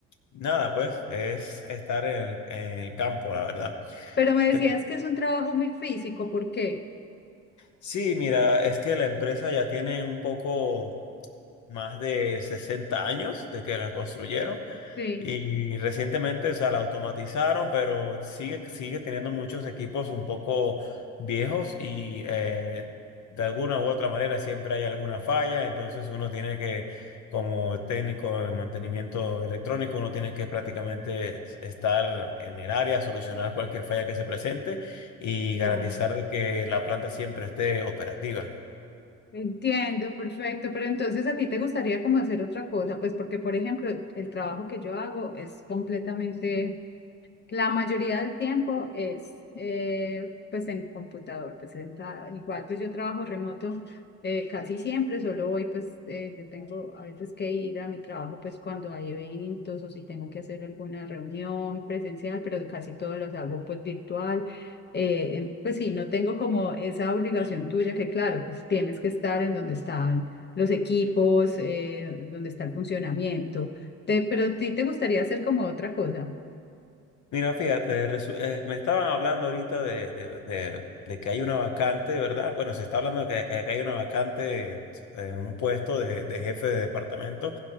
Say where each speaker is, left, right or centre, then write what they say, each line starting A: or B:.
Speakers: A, on the left (about 70°); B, on the left (about 35°).
A: nada, pues es estar en, en el campo, la verdad.
B: Pero me decías
A: Te-
B: que es un trabajo muy físico, ¿por qué?
A: Sí, mira, es que la empresa ya tiene un poco más de 60 años de que la construyeron
B: Sí,
A: Y recientemente, o sea, la automatizaron, pero sigue, sigue teniendo muchos equipos un poco viejos y eh, de alguna u otra manera siempre hay alguna falla. Entonces uno tiene que, como técnico de mantenimiento electrónico, uno tiene que prácticamente estar en el área, solucionar cualquier falla que se presente y garantizar
B: claro.
A: de que la planta siempre esté operativa.
B: Entiendo, perfecto. Pero entonces a ti te gustaría como hacer otra cosa, pues porque, por ejemplo, el trabajo que yo hago es completamente La mayoría del tiempo es eh, pues en computador, pues sentada. Igual pues yo trabajo remoto eh, casi siempre, solo hoy pues eh, yo tengo a veces que ir a mi trabajo pues cuando hay eventos o si tengo que hacer alguna reunión presencial, pero casi todos los hago pues virtual. Eh, en- pues sí, no tengo como esa obligación tuya que claro, pues tienes que estar en donde están los equipos, eh, donde está el funcionamiento. Te- pero a ti te gustaría hacer como otra cosa.
A: Mira, fíjate, resu- eh, me estaban hablando ahorita de, de- de- de que hay una vacante, ¿verdad? Bueno, se está hablando de que, que- que hay una vacante en un puesto de, de jefe de departamento,